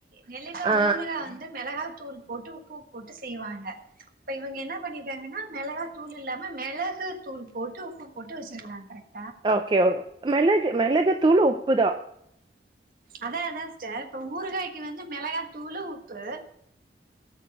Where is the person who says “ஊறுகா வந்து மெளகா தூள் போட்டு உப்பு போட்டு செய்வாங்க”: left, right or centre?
Right